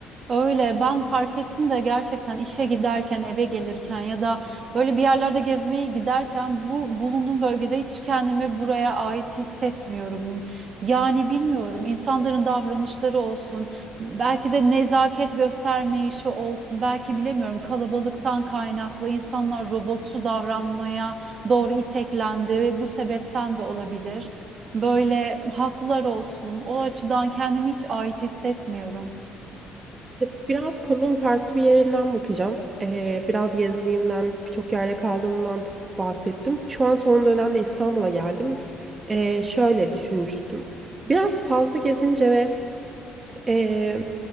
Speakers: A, on the right; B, on the right.
A: Öyle ben fark ettim de gerçekten işe giderken eve gelirken ya da böyle bir yerlerde gezmeye giderken bu bulunduğum bölgede hiç kendimi buraya ait hissetmiyorum. Yani bilmiyorum insanların davranışları olsun belki de nezaket göstermeyişi olsun belki bilemiyorum kalabalıktan kaynaklı insanlar robotsu davranmaya doğru iteklendi ve bu sebepten de olabilir. Böyle haklar olsun o açıdan kendimi hiç ait hissetmiyorum.
B: Ya, Biraz konunun farklı bir yerinden bakacağım. Ee, biraz gezdiğimden, birçok yerde kaldığımdan bahsettim. Şu an son dönemde İstanbul'a geldim. Ee, şöyle düşünmüştüm. Biraz fazla gezince ve